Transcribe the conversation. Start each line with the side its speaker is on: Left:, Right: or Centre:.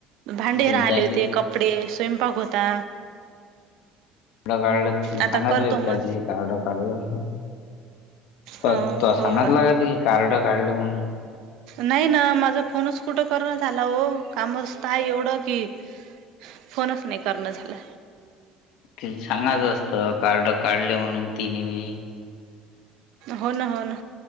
Right: भांडे
Left: तिला
Right: राहले
Left: त्या दिवशी
Right: होते कप - -पडे स्वयंपाक होता
Left: ड काढलं
Right: आता
Left: सांगितले
Right: करतो
Left: त्या
Right: मग
Left: दिवशी काडं काढलं म्हण त
Right: अ
Left: तो
Right: हो
Left: सांगतला
Right: का
Left: कातील कार्ड काढलं म्हणून
Right: नाही ना माझा फोनच कुठं करण झाला हो कामचतय एवढं की फोनच नाही करणं झालं
Left: तील सांगायचं असत कार्ड काढले म्हणून तिने बी
Right: हो ना हो ना